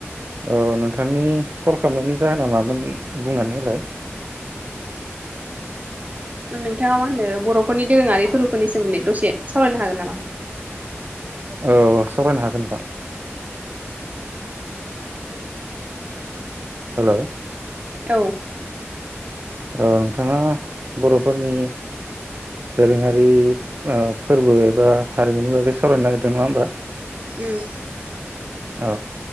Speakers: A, on the right (about 50°); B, on the right (about 35°).
A: औ नों नोंथांनि कल खालामनायनि जाहोना मामोन? ओ बुंनानै होलाय।
B: नोंथाङा मा होनो बरफोरनि दोरोङारि फोरबोफोरनि सोमोन्दै दसे सावरायनो हागोन नामा?
A: औ सावरायनो हागोन नोंथां। हेल'
B: औ
A: औ नोंथाङा बर'फोरनि दोरोङारि ओ फोरबो एबा हारिमुनि बागै सावारायनो नागिरदों नङा होमबा?
B: उम
A: औ